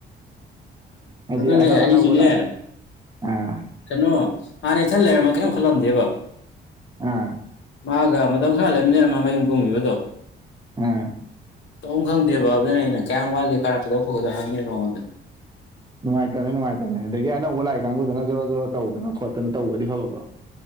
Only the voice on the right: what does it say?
ꯍꯥꯏꯗꯤ
ꯑꯅꯧ
ꯑꯅꯧꯕ ꯂꯥꯛ ꯑꯦ
ꯑꯥ
ꯑꯥ
ꯅꯨꯡꯉꯥꯏꯇꯕꯅꯦ ꯅꯨꯡꯉꯥꯏꯇꯕꯅꯦ ꯑꯗꯒꯤ ꯑꯅꯧꯕ ꯂꯥꯛꯏ ꯀꯥꯡꯕꯨꯗꯨꯅ ꯖꯣꯔꯣ ꯖꯣꯔꯣ ꯇꯧꯗꯅ ꯈꯣꯠꯇꯅ ꯇꯧꯕꯗꯤ ꯐꯕ ꯀꯣ